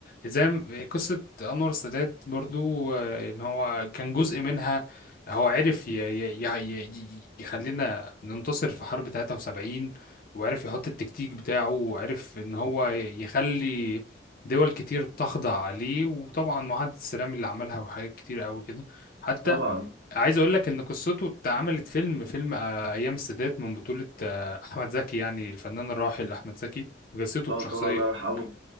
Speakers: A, on the left; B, on the right.
A: زي م- قصة أنور السادات برضو آه، إن هو كان جزء منها هو عرف ي- ي- ي- ي- ي- يخلينا ننتصر في حرب 73 وعرف يحط التكتيك بتاعه وعرف إن هو ي- يخلي دول كتير تخضع عليه وطبعا معاهدة السلام اللي عملها وحاجات كتير قوي كده حتى
B: طبعا
A: عايز اقول لك ان قصته اتعملت فيلم فيلم آه، ايام السادات من بطولة آه، احمد زكي يعني الفنان الراحل احمد زكي قصته
B: اه
A: بشخصية
B: طبعا الله يرحمه
A: ج-